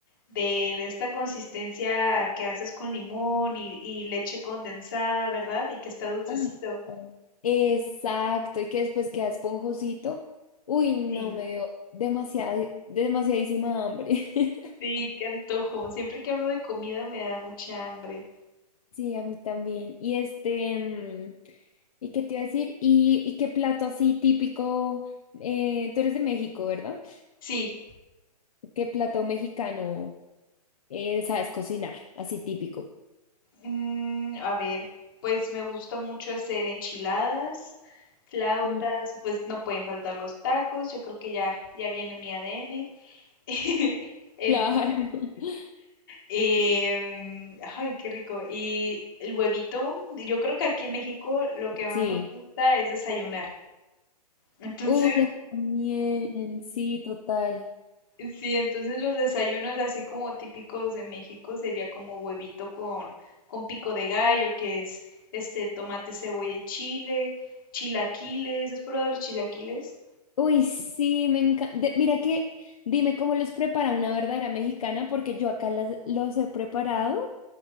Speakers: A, on the left; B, on the left.
A: de esta consistencia que haces con limón y, y leche condensada, ¿verdad? Y que está dulcecito.
B: Ah, oh. Exacto, y que después queda esponjosito. Uy, no,
A: Sí,
B: me dio demasiada, demasiadísima hambre. <laughs>
A: sí, qué antojo. Siempre que hablo de comida me da mucha hambre.
B: Sí, a mí también. Y este, mm, ¿y qué te iba a decir? ¿Y, y qué plato así típico? eh, tú eres de México, ¿verdad?
A: Sí,
B: ¿Qué plato mexicano eh, sabes cocinar? Así típico.
A: Mm, a ver, pues me gusta mucho hacer enchiladas, flautas,
B: Mm,
A: pues no pueden faltar los tacos, yo creo que ya, ya viene mi ADN. <laughs> Entonces,
B: Claro. <laughs>
A: em, ay, qué rico. Y el huevito, yo creo que aquí en México lo que más
B: Sí.
A: nos gusta es desayunar. Entonces,
B: Uy, a mí también, sí, total.
A: Sí, entonces los desayunos así como típicos de México sería como huevito con, con pico de gallo, que es este tomate, cebolla y chile, chilaquiles, ¿has probado los chilaquiles?
B: Uy, sí, me encanta. Mira que, dime cómo los prepara una verdadera mexicana, porque yo acá las, los he preparado